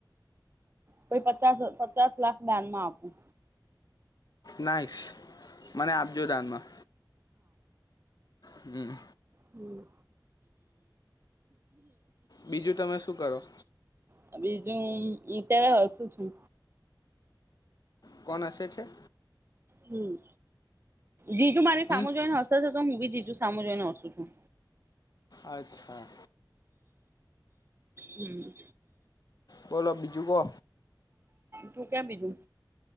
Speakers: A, on the right; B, on the left.
A: કોઈ પચાસ પચાસ લાખ દાનમાં આપું.
B: નાઇસ! મને આપજો દાનમાં. હમ.
A: હમ.
B: બીજું તમે શું કરો
A: તમે હં, અત્યારે હસું છું.
B: કોણ હસે છે?
A: હમ. જીજું મારી
B: હમ
A: સામું જોઈને હસે છે! હું બી જીજું સામું જોઈને હસું છું.
B: અચ્છા.
A: હમ.
B: બોલો બીજું કો.
A: તું કેમ બીજું